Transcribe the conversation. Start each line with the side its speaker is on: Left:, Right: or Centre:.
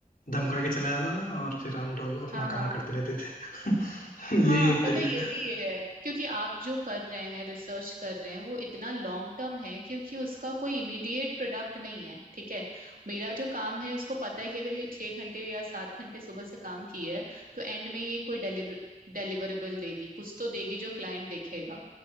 Left: धमका के चला जाता था और फिर हम लोग अपना
Right: हाँ
Left: काम
Right: हाँ
Left: करते रहते थे <laughs> ये
Right: हाँ
Left: एक
Right: पता
Left: तरीका
Right: है, ये
Left: था
Right: भी है क्योंकि आप जो कर रहे हैं रिसर्च कर रहे हैं वो इतना लॉन्ग टर्म है क्योंकि उसका कोई इमीडिएट प्रोडक्ट नहीं है ठीक है मेरा जो काम है उसको पता है कि अगर ये छह घंटे या सात घंटे सुबह से काम की है तो एंड में ये कोई डिलीवर डिलीवरेबल देगी कुछ तो देगी जो क्लाइंट देखेगा